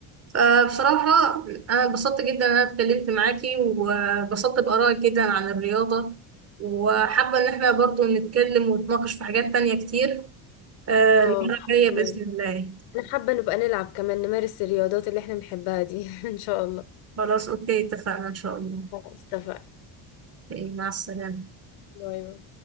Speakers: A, on the right; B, on the left.
A: فبصراحة أنا اتبسطت جدا إن أنا اتكلمت معاكي واتبسطت بآرائك جدا عن الرياضة وحابة إن احنا برضو نتكلم ونتناقش في حاجات تانية كتير آه،
B: اه
A: المرة الجاية
B: تمام
A: بإذن الله
B: انا حابة نبقى نلعب كمان نمارس الرياضات اللي احنا بنحبها دي <laughs> ان شاء الله
A: خلاص أوكي اتفقنا إن شاء الله
B: خلاص اتفقنا
A: إيه، مع السلامة
B: باي باي